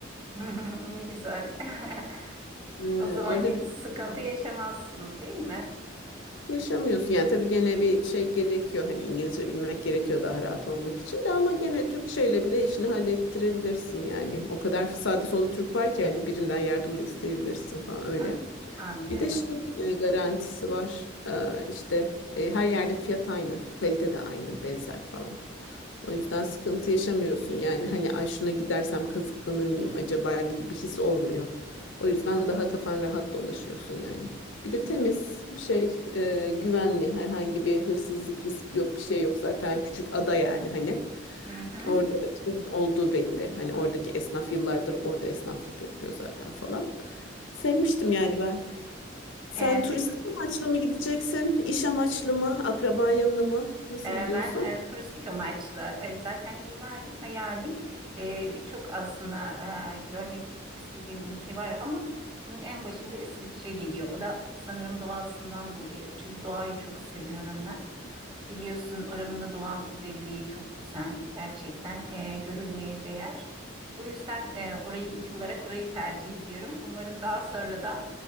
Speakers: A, on the right; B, on the left.
A: <laughs> Ne güzel. <laughs>
B: Ee,
A: O zaman
B: orada
A: hiç
B: bir de
A: sıkıntı
B: farklılık
A: yaşamazsınız değil mi?
B: yaşamıyorsun. Yani tabii gene bir şey gerekiyor. Hani İngilizce bilmek gerekiyor daha rahat olmak için de ama gene Türkçeyle bile işini hallettirebilirsin yani. O kadar sağda solda Türk var ki hani birinden yardım da isteyebilirsin falan öyle.
A: Ha, Anlıyorum.
B: Bir de şey e, garantisi var. Ee, işte e, her yerde fiyat aynı, kalite de aynı, benzer falan. O yüzden sıkıntı yaşamıyorsun. Yani hani ay şuna gidersem kazıklanır mıyım acaba gibi bir his olmuyor. O yüzden daha kafan rahat dolaşıyorsun yani. Bir de temiz şey e, güvenli herhangi bir hırsızlık riski yok bir şey yok zaten küçük ada yani hani
A: Hı hı.
B: orada kimin olduğu belli hani oradaki esnaf yıllardır orada esnaflık yapıyor zaten falan sevmiştim yani ben. Sen
A: E,
B: turistik
A: pe-
B: amaçlı mı gideceksin? İş amaçlı mı? Akraba yanına mı? Nasıl
A: e,
B: gidiyorsun?
A: ben e, turistik amaçlı e, zaten yıllardır hayalim e, birçok aslında e, görmek istediğim ülke var ama bunun en başında İsviçre geliyor. O da sanırım doğasından dolayı çünkü doğayı çok seviyorum ben. Biliyorsun oranın da doğa güzelliği çok güzel. Gerçekten e, görülmeye değer. Bu yüzden e, orayı ilk olarak orayı tercih ediyorum. Umarım daha sonra da